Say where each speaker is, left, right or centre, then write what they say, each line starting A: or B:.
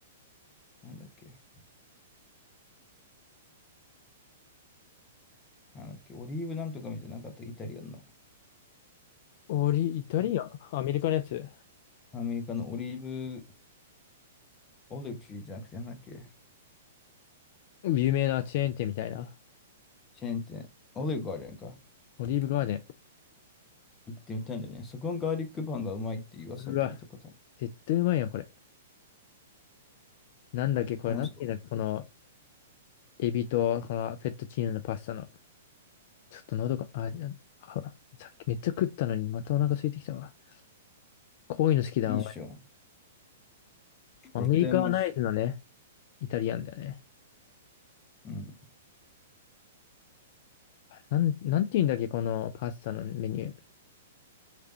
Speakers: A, on the left (about 20°); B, on the left (about 50°).
A: なんだっけ、なんだっけ、オリーブなんとかみたいなのなかった、イタリアンの。
B: オリ、イタリアンアメリカのやつ
A: えアメリカのオリーブオリチじゃなくて、なんだっけ、
B: 有名なチェーン店みたいな。
A: チェーン店、オリーブガーデンか。
B: オリーブガーデン。
A: 行ってみたいんだよね。そこのガーリックパンがうまいっていう噂を聞いたことある。
B: うわ、絶対うまいやん、これ。なんだっけ、これ、
A: うまそ
B: なんていうんだっけ、この、エビと、このフェットチーノのパスタの。ちょっと喉が、あ、あ、さっきめっちゃ食ったのに、またお腹空いてきたわ。こういうの好きだ、
A: う。いいっしょ。
B: お前。アメリカナイズのね、
A: 絶対うまいっしょ。
B: イタリアンだよね。
A: うん。
B: なん、なんていうんだっけ、このパスタのメニュ